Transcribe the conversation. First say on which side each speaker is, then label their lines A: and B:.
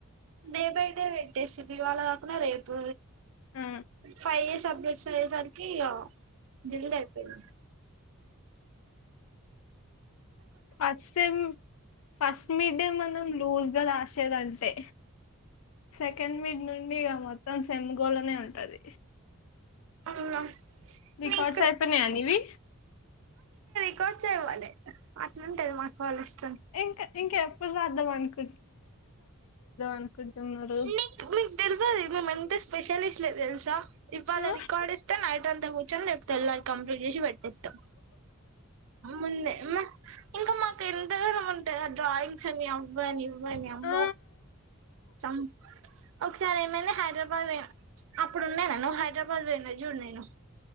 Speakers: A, on the right; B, on the left.
A: డే బై పెట్టేసింది ఇవాళ కాకున్న రేపు
B: ఆ
A: ఫై ఇయర్స్ అప్డేట్స్ అయ్యే సరికి ఇగ జల్ల్దైపోయింది
B: ఫస్ట్ సెమ్ ఫస్ట్ మిడ్డే మన లూజ్గా రాసేదంతే సే కెన్ మీడ్ నుండి ఇగ మొత్తం సేమ్ గోలానే ఉంటది
A: అవునా
B: రికార్డస్
A: నీకు
B: అయిపొనయా నివి
A: రికడ్స్ చదవాలె అట్లుంటది మ కాలేజ్ మన్పాలీ
B: ఇంక ఇంక ఎప్పుడు రాద్దాం అనుక్ అనుకుంటున్నారు
A: మీక్ మీకు తెల్వది మీమెంత స్పెషలిస్ట్లే తెల్సా ఇవల
B: ఆ
A: రికార్డ్ ఇస్తె నై ట్అంతా కూర్చొని రేపు తెల్లారి కంప్లీట్ చేషి పెట్టేత్తం ముందే మో ఇంక మాకు ఎంతగనం ఉంటయ్ ఆ డ్రాయింగ్స్ అని అవ్వనీఇవ్వనీ అమ్
B: ఆ,
A: సం ఒకసారి ఏమైంది హైదరాబాద్ పో అప్పుడుండేన నువ్ హైదరాబాద్ పోయిన చూడు నేను